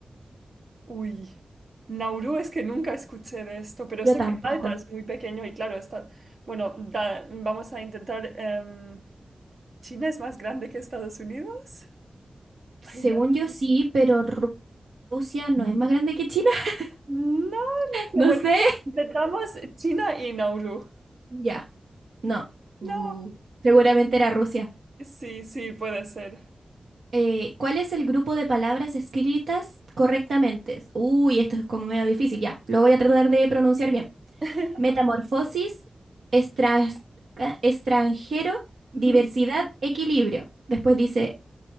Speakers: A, on the right; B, on the right.
A: Uy. Nauru es que nunca escuché de esto, pero
B: Yo
A: sé
B: tampoco.
A: que Malta es muy pequeño y claro, está... Bueno, da- vamos a intentar... em, ¿China es más grande que Estados Unidos?
B: Según
A: Ay, no.
B: yo sí, pero Ru- Rusia no es más grande que China. <laughs>
A: No, no sé.
B: No
A: Bueno,
B: sé.
A: intentamos China y Nauru.
B: Ya. No. Bu.
A: No.
B: Seguramente era Rusia.
A: Sí, sí, puede ser.
B: Eh, ¿cuál es el grupo de palabras escritas correctamente? Uy, esto es como medio difícil, ya. Lo voy a tratar de pronunciar bien.
A: <laughs>
B: Metamorfosis, estras- ca- extranjero,
A: Ujú.
B: diversidad, equilibrio. Después dice